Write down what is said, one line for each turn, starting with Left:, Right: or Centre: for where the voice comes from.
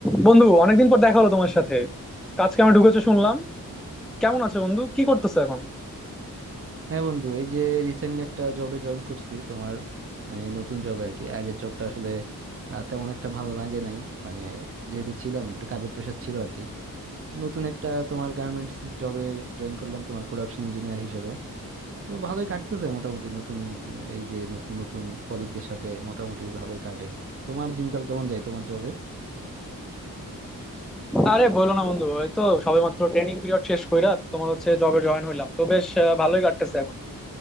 Centre: বন্ধু অনেকদিন পর দেখা হলো তোমার সাথে কাজ কামে ঢুকেছো শুনলাম কেমন আছো বন্ধু কি করতেছো এখন
Right: হ্যাঁ বন্ধু এই যে রিসেন্টলি একটা জবে জয়েন করছি তোমার এই নতুন জবে আর কি আগের জবটা আসলে আহ, তেমন একটা ভালো লাগে নাই মানে যেহেতু ছিলাম একটু কাজের প্রেশার ছিল আর কি নতুন একটা তোমার গার্মেন্টস এর জবে জয়েন করলাম তোমার প্রোডাকশন ইঞ্জিনিয়ার হিসেবে তো ভালোই কাটতেছে মোটামুটি নতুন উম, এই যে নতুন নতুন কলিগদের সাথে মোটামুটি ভালোই কাটে তোমার দিনকাল কেমন যায় তোমার জবে
Centre: আরে বলো না বন্ধু এই তো সবেমাত্র ট্রেনিং পিরিয়ড শেষ কইরা তোমার হচ্ছে জবে জয়েন হইলাম তো বেশ আহ, ভালোই কাটতেছে এখন